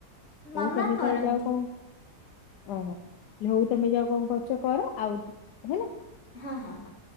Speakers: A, on the left; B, on the left.
A: ମାମା
B: ହୋଉ ତମେ
A: କରନ୍ତି
B: ତରେ ଯାଅ କଣ ଓହୋ ହଉ ତମେ ଯା କଣ କରୁଛ କର ଆଉ ଟିକେ ହେଲା।
A: ହଁ ହଁ ହଁ।